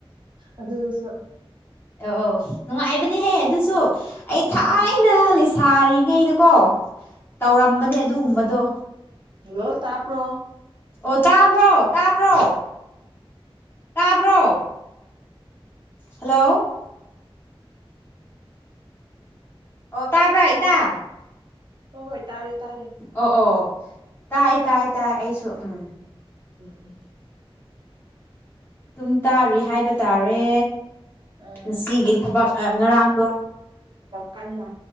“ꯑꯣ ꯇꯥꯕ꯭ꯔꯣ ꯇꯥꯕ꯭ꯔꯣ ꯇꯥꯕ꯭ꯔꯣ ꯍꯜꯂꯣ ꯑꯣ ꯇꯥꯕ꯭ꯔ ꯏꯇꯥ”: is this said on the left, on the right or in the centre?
Left